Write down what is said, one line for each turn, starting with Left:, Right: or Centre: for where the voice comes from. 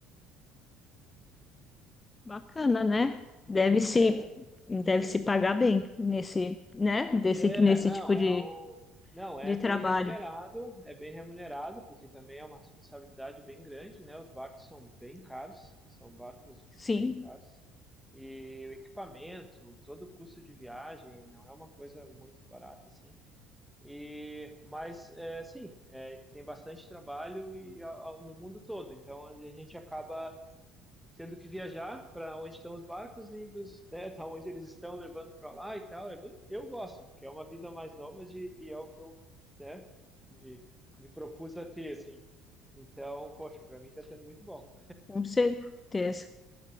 Left: Bacana, né? Deve se,
Centre: É
Left: deve se pagar bem nesse, né? Desse,
Centre: É,
Left: nesse
Centre: não,
Left: tipo
Centre: é
Left: de,
Centre: um, não, é
Left: de
Centre: bem
Left: trabalho.
Centre: remunerado, é bem remunerado, porque também é uma responsabilidade bem grande, né? Os barcos são bem caros, são barcos
Left: Sim.
Centre: bem caros. E o equipamento, todo o custo de viagem, não é uma coisa muito barata, assim. E, mas, é, sim, é, tem bastante trabalho e, ao- ao- no mundo todo. Então, a gente acaba tendo que viajar para onde estão os barcos e dos, né, <laughs> tá onde eles estão levando para lá e tal. É bem, eu gosto, porque é uma vida mais nômade e é o que eu, né, me, me propus a ter, assim. Então, poxa, para mim está sendo muito bom.
Left: Com certeza,